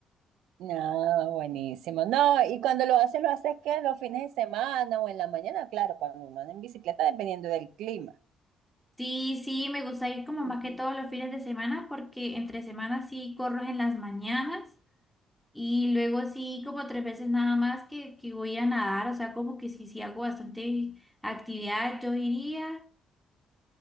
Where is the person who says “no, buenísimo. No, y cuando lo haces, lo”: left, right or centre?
Right